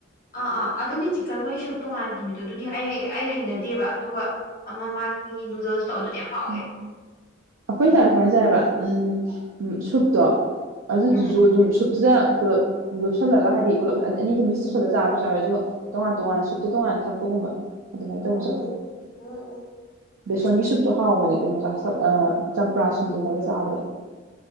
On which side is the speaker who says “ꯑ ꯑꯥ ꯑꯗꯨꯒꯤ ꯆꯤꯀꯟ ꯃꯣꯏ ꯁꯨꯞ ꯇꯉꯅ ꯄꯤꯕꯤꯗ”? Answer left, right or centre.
Left